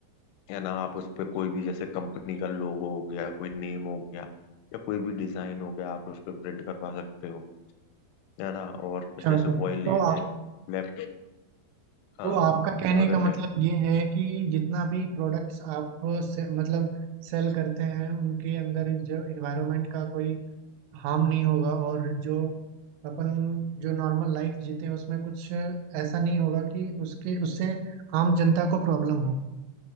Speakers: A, on the left; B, on the right.
A: है ना आप उस पे कोई भी जैसे कंपनी का लोगो हो गया कोई नेम हो गया या कोई भी डिजाइन हो गया आप उस पे प्रिंट करवा सकते हो है ना और
B: अच्छा
A: जैसे वॉयलेट
B: तो आप
A: है लैप हाँ
B: तो आपका कहने
A: अगर
B: का मतलब
A: लैप
B: ये है कि जितना भी प्रोडक्ट्स आप से, मतलब सेल करते हैं उनके अंदर जो इन्वायरमेंट का कोई हार्म नहीं होगा और जो अपन जो नॉर्मल लाइफ जीते हैं उसमें कुछ ऐसा नहीं होगा कि उसके उससे आम जनता को प्रॉब्लम हो